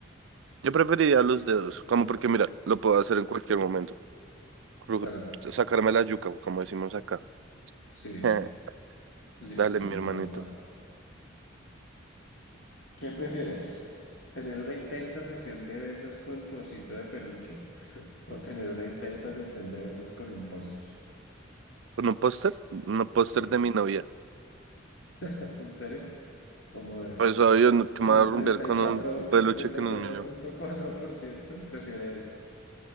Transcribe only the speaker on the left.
claro,
sí,
listo,
mi
papá. ¿Qué prefieres? ¿Tener una intensa sesión de besos con tu osito de peluche o tener una intensa sesión de besos con un póster?
Sí,
<laughs> ¿en serio? Vamos a ver.
El
treinta
y cuatro
el treinta
y
cuatro
cuatro punto cuatro por ciento prefiere esa.